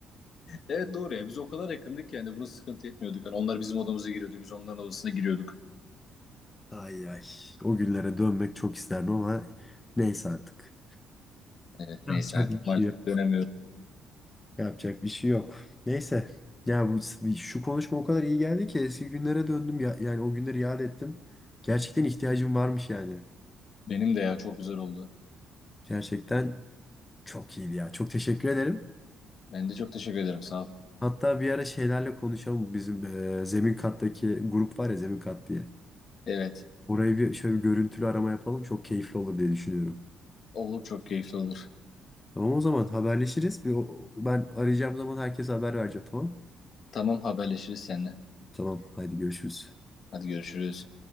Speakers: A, on the left; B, on the left.
A: Evet doğru ya biz o kadar yakındık ki yani bunu sıkıntı etmiyorduk. Hani onlar bizim odamıza giriyordu biz onların odasına giriyorduk.
B: Ay ay o günlere dönmek çok isterdim ama neyse artık.
A: Evet
B: Yapacak
A: neyse artık
B: bir şey
A: maalesef
B: yok.
A: dönemiyoruz.
B: Yapacak bir şey yok. Neyse. Ya bu şu konuşma o kadar iyi geldi ki eski günlere döndüm ya, yani o günleri yad ettim. Gerçekten ihtiyacım varmış yani.
A: Benim de ya çok güzel oldu.
B: Gerçekten çok iyiydi ya. Çok teşekkür ederim.
A: Ben de çok teşekkür ederim sağ ol.
B: Hatta bir ara şeylerle konuşalım. Bizim eee, zemin kattaki grup var ya zemin kat diye.
A: Evet
B: Oraya bir şöyle bir görüntülü arama yapalım. Çok keyifli olur diye düşünüyorum.
A: olur çok keyifli olur.
B: Tamam o zaman haberleşiriz. Bir, o- ben arayacağım zaman herkese haber vereceğim tamam?
A: Tamam haberleşiriz seninle.
B: Tamam haydi görüşürüz.
A: Hadi görüşürüz.